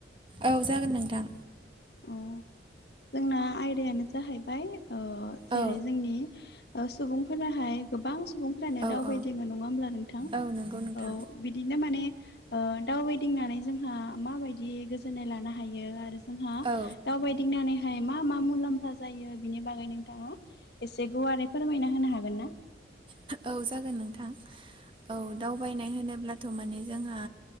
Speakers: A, on the right; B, on the left.
A: औ जागोन नोंथां।
B: औ जोंना आइदायानो जाहैबाय ओ जेरै
A: औ
B: जोंनि ओ सुबुंफोराहाय गोबां सुबुंफोरानो
A: औ
B: दावबायदिङो
A: औ
B: नङा होमब्ला नोंथां?
A: औ नंगौ नोंथां।
B: औ बिदिनो माने ओ दावबायदिंनानै जोंहा माबायदि गोजोन्नाय लानो हायो आरो जोंहा
A: औ
B: दाावबायायदिंनानै नाथाय मा मा मुलाम्फा जायो बिनि बागै नोंथाङा एसे गुवारै फोरमायना होनो हागोन ना?
A: औ जागोन नोंथां औ दावबायनाय होनोब्ला थ माने जोंहा